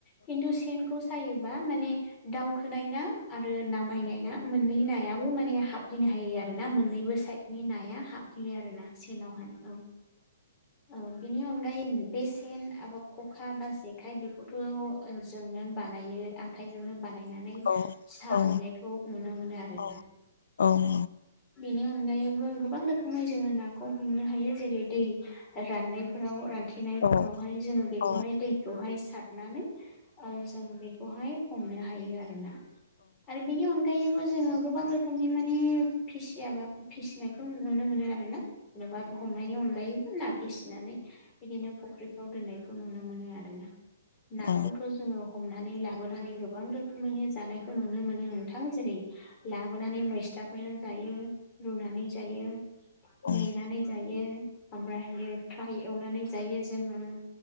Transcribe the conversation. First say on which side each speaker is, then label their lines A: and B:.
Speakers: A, on the left; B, on the left.
A: खिन्थु सेन सायोबा माने दावखोनाय ना आरो नामायनाय ना मोनै नाया माने हाबफैनो हायो आरो ना मोननैबो साइडनि नाया हाब फैयो आरोना सेनावहाय औ औ। बिनि अनगायै बे सेन एबा ख'खा बा जेखाइ बेखौथ' जोंनो बानायो आं आखाइजोंनो बानायनानै
B: औ
A: साहैनायखौ
B: औ
A: नुनो मोनो आरो।
B: औ औऔ।
A: बेनि अनगायैबो गोबां रोखोमै जोङो नाखौ हमनो हायो जेरै दै राननाय। फोराव रानथेनायफोरावहाय
B: औ
A: जोङो बेखौहाय
B: औ
A: दैखौहाय सारनानै ओ-जोङो बे बेखौहाय हमनो हायो आरोना आरो बेनि अन गायैबो जोङो गोबां रोखोमनि माने फिसियाबा फिसिनायखौ नुनो मोनो आरो ना जेन'बा हमनायनि अनगायैबो ना फिसिनानै बिदिनो फुख्रिफ्राव दोननायखौ नुनो मोनो आरोना नाखौथ'
B: औ
A: जोङो हमनानै लाबोनानै गोबां रोखोमैनो जानायखौ नुनो मोनो नोंथां जेरै लाबोनानै मैसथा फोरजों जायो। रुनानै जायो
B: औ
A: मेनानै जायो ओमफ्रायहायो फ्राय एवनानै जायो जोंङो